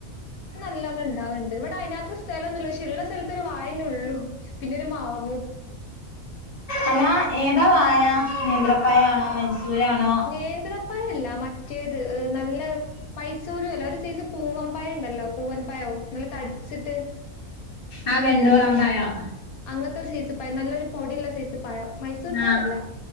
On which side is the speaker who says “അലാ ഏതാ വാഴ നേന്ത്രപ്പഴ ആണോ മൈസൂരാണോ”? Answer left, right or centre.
Left